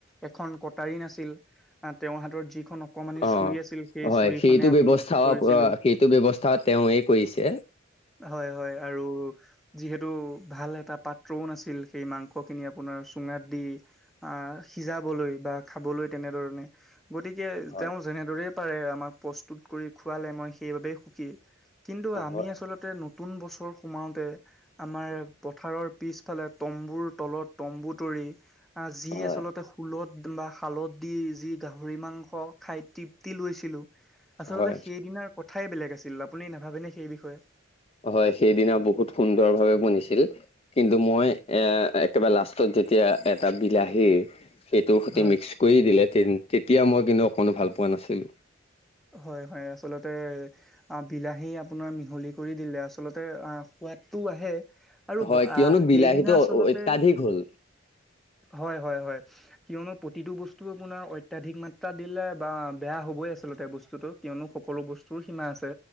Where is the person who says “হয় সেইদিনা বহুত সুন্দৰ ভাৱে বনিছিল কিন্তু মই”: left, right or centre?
Left